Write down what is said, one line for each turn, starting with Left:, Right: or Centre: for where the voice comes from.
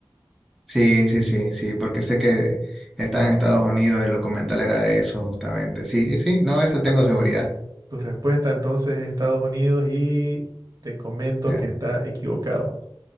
Centre: Sí, sí, sí, sí, porque sé que está en Estados Unidos, el documental era de eso justamente. Sí, y sí, no, esa
Right: Bueno,
Centre: tengo seguridad.
Right: tu respuesta entonces es Estados Unidos y te comento
Centre: Eh,
Right: que está equivocado.